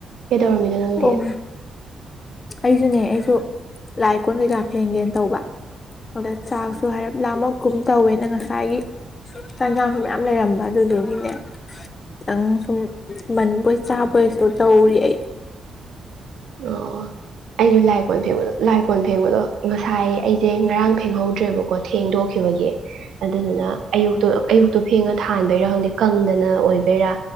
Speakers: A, on the right; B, on the left.
A: ꯀꯩꯗꯧꯔꯝꯃꯤꯅꯣ ꯅꯪꯗꯤ
B: ꯑꯣ ꯑꯩꯁꯨꯅꯦ ꯑꯩꯁꯨ ꯂꯥꯏ ꯀꯣꯟ ꯀꯩ ꯂꯥ ꯐꯦꯡꯒꯦꯅ ꯇꯧꯕ ꯑꯣ ꯆꯥꯛꯁꯨ ꯍꯥꯏꯔ ꯂ ꯑꯃ ꯀꯨꯝ ꯇꯧꯋꯦꯅ ꯉꯁꯥꯏꯒꯤ ꯆꯟꯖꯥꯡꯁꯨ ꯃꯌꯥꯝ ꯂꯩꯔꯝꯕ ꯑꯗꯨꯗꯨꯒꯤꯅꯦ ꯈꯤꯇꯪ ꯁꯨꯝ ꯃꯟꯕꯣꯏ ꯆꯥꯕꯣꯏꯁꯨ ꯇꯧꯔꯤ ꯑꯩ
A: ꯑꯣ ꯑꯩꯁꯨ ꯂꯥꯏ ꯀꯣꯟ ꯐꯦꯡꯕꯗꯣ ꯂꯥꯏ ꯀꯣꯟ ꯐꯦꯡꯕꯗꯣ ꯉꯁꯥꯏ ꯑꯩꯁꯦ ꯉꯔꯥꯡ ꯐꯦꯡꯍꯧꯗ꯭ꯔꯦꯕꯀꯣ ꯊꯦꯡꯗꯣꯛꯈꯤꯕꯒꯤ ꯑꯗꯨꯗꯨꯅ ꯑꯌꯨꯛꯇꯣ ꯑꯌꯨꯛꯇꯣ ꯐꯦꯡꯉ ꯊꯥꯟꯕꯩꯔꯣ ꯈꯪꯗꯦ ꯀꯪꯗꯅ ꯑꯣꯏꯕ ꯀ